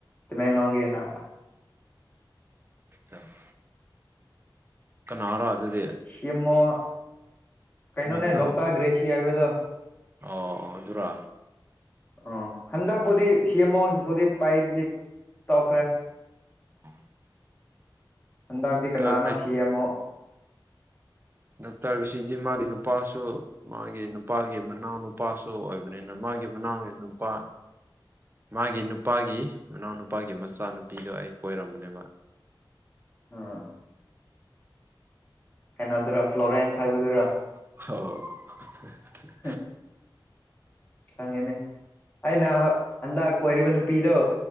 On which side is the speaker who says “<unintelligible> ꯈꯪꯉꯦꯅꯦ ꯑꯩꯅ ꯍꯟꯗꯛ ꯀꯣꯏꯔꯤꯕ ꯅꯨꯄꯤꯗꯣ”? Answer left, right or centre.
Left